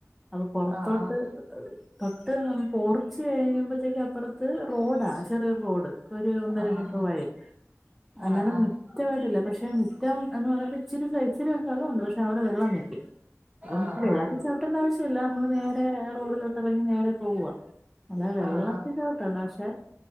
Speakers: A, in the centre; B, on the right.
A: അപ്പോ പൊറത്തോട്ട്
B: ആഹ്
A: തൊട്ട് പൊർച്ച് കഴിയുമ്പോഴത്തേക്ക് അപ്പറത്ത് റോ ഡാ ചെറിയൊരു റോഡ് ഒരു ഒന്നര
B: ആഹ്
A: മീറ്റർ വഴി അല്ലാതെ
B: ആഹ് ആഹ്
A: മിറ്റമായിട്ടില്ല പക്ഷെ മിറ്റം എന്ന് പറയുമ്പോ ഇച്ചിരി ഇച്ചിരി സ്ഥലമുണ്ട് പക്ഷെ അവിടെ വെള്ളം നിക്കും അപ്പം നമുക്ക്
B: ആഹ്
A: വെള്ളത്തിൽ
B: ആഹ് ആഹ്
A: ചവിട്ടേണ്ട ആവശ്യമില്ല നമ്മള് നേരെ റോഡിലോട്ട് ഇറങ്ങി നേരെ പോവ്വാ അല്ലാതെ
B: ആഹ്
A: വെള്ളത്തൽ
B: ആഹ്
A: ചവിട്ടണ്ട പക്ഷെ